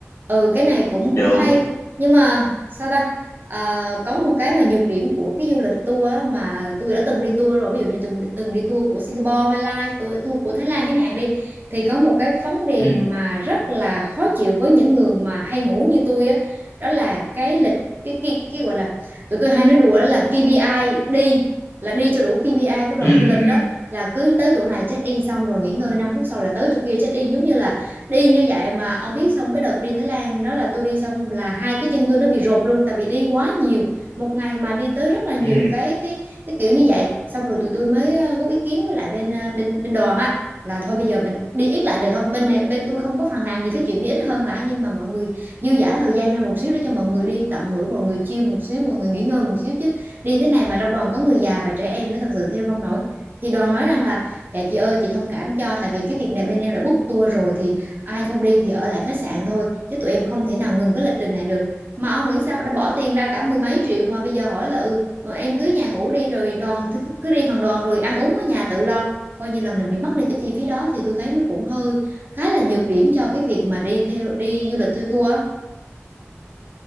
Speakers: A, on the right; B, on the left.
A: Ừ cái này cũng
B: được
A: cũng hay. Nhưng mà sao ta? À, có một cái mà nhược điểm của cái du lịch tour á, mà tôi đã từng đi tour rồi ví dụ như từng từng đi tour của Singapore, Malaysia, tour, tour của Thái Lan chẳng hạn đi thì có một cái vấn đề
B: ừ
A: mà rất là khó chịu với những người mà hay ngủ như tôi á đó là cái lịch cái cái, cái gọi là tụi tôi hay nói đùa đó là KPI đi là đi cho đủ KPI của đoàn
B: ừ
A: du lịch
B: ừ
A: đó là cứ tới chỗ này check in xong rồi nghỉ ngơi 5 phút sau là tới chỗ kia check in giống như là đi như vậy mà ông biết xong cái đợt đi Thái Lan đó là tôi đi xong là hai cái chân tôi nó bị rột luôn tại vì đi quá nhiều một ngày mà đi tới rất là nhiều
B: ừ
A: cái cái cái kiểu như vậy xong rồi tụi tôi mới ờ, góp ý kiến với lại bên ờ, bên bên đoàn á là thôi bây giờ mình đi ít lại được không bên này bên tôi không có phàn nàn gì cái chuyện đi ít hơn hả nhưng mà mọi người dư dả thời gian ra một xíu để cho mọi người đi tận hưởng mọi người chill một xíu mọi người nghỉ ngơi một xíu chứ đi thế này mà trong đoàn có người già và trẻ em nữa thật sự theo không nổi thì đoàn nói rằng là dạ chị ơi chị thông cảm cho tại vì cái việc này bên em đã book tour rồi thì ai không đi thì ở lại khách sạn thôi chứ tụi em không thể nào ngừng cái lịch trình này được mà ông nghĩ sao đã bỏ tiền ra cả mười mấy triệu mà bây giờ hỏi là ừ ờ, em cứ nhà ngủ đi rồi đoàn cứ cứ đi phần đoàn rồi ăn uống ở nhà tự lo coi như là mình bị mất đi cái chi phí đó thì tôi thấy nó cũng hơi khá là nhược điểm cho cái việc mà đi theo đi du lịch theo tour á